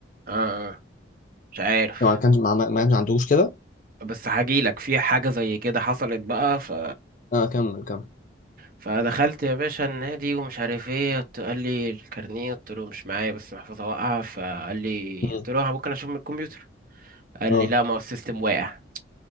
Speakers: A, on the right (about 50°); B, on the left (about 45°).
A: اه آه، مش عارف
B: لو ما كانش ما ما كانش عندوش كده
A: بس هجيلك في حاجة زي كده حصلت بقى ف
B: اه كمل كمل
A: فدخلت يا باشا النادي ومش عارف ايه قلت- قال لي الكارنيه قلت له مش معايا بس محفظه واقعه فقال لي
B: مم.
A: قلت له ممكن اشوف من الكمبيوتر قال
B: اه
A: لي لا ما هو السيستم واقع